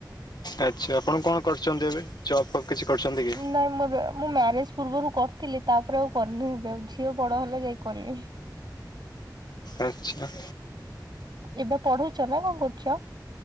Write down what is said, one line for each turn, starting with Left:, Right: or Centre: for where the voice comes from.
Left: ଆଛା ଆପଣ କଣ କରୁଛନ୍ତି ଏବେ ଜବ ଫବ କିଛି କରିଛନ୍ତି କି?
Right: ନାଇଁ ମୁଁ ଏବେ ମୁଁ ମ୍ୟାରେଜ ପୂର୍ବରୁ କରିଥିଲି ତାପରେ ଆଉ କରିନି ଏବେ ଆଉ ଝିଅ ବଡ ହେଲେ ଯାଇ କରିବି।
Left: <inaudible> ଆଚ୍ଛା
Right: ଏବେ ପଢୁଛ ନା କଣ କରୁଚ।